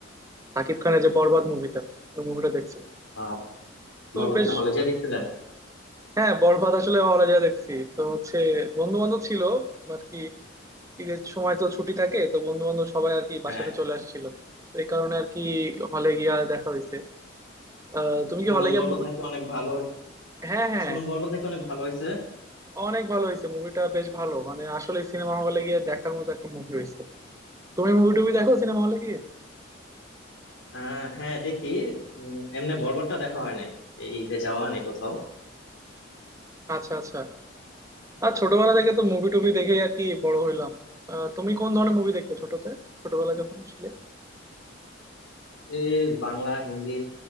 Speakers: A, on the right; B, on the left.
A: সাকিব খানের যে বরবাদ মুভিটা ওই মুভিটা দেখছিলাম
B: আহ,
A: তো
B: বরবাদ
A: বেশ
B: কি হলে যেয়ে দেখছিলেন
A: হ্যাঁ বরবাদ আসলে হলে যা দেখছি তো হচ্ছে বন্ধু বান্ধব ছিল আর কি ঈদের সময় তো ছুটি থাকে তো বন্ধু বান্ধব সবাই আর কি বাসাতে
B: হ্যাঁ হ্যাঁ।
A: চলে আসছিল তো এই কারণে আর কি হলে গিয়া দেখা হয়েছে আহ তুমি
B: শুনলাম
A: কি হলে গিয়ে
B: বরবাদ
A: মুভি
B: নাকি অনেক ভালো হয়েছে।
A: হ্যাঁ হ্যাঁ
B: শুনলাম বরবাদ নাকি অনেক ভালো হয়েছে
A: অনেক ভালো হয়েছে মুভিটা বেশ ভালো মানে আসলে সিনেমা হলে গিয়ে দেখার মতো একটা মুভি হয়েছে তুমি মুভি টুভি দেখো সিনেমা হলে গিয়ে
B: আহ, হ্যাঁ দেখি উম, এমনি বরবাদটা দেখা হয় নাই এই ঈদে যাওয়া হয় নাই কোথাও
A: আচ্ছা আচ্ছা আর ছোটবেলা থেকে তো মুভি টুভি দেখে আর কি বড় হইলাম আহ, তুমি কোন ধরনের মুভি দেখতে ছোটতে ছোটবেলা যখন ছিলে
B: এই বাংলা হিন্দি